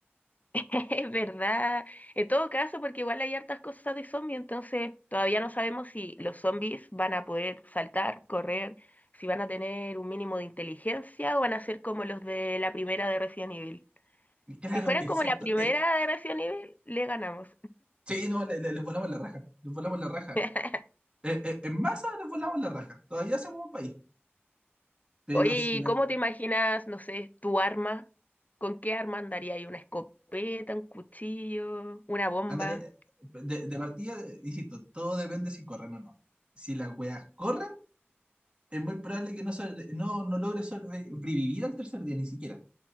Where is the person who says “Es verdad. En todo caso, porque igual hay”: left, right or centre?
Left